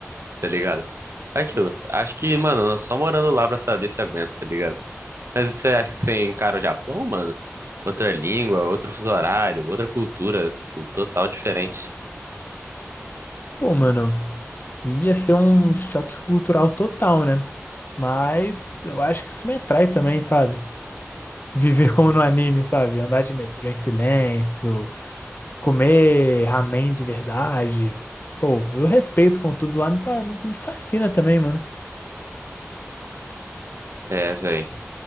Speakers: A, on the right (about 65°); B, on the left (about 40°).
A: tá ligado? É Aquilo. Acho que, mano, só morando lá pra saber se aguenta, tá ligado? Mas você acha que você encara o Japão, mano? Outra língua, outro fuso horário, outra cultura, tipo, total diferente.
B: Pô, mano, ia ser um choque cultural total, né? Mas eu acho que isso me atrai também, sabe? Viver como no anime, sabe? Andar de metrô em silêncio, comer ramen de verdade. Pô, eu respeito com tudo lá, me pa- me fascina também, mano.
A: É, velho.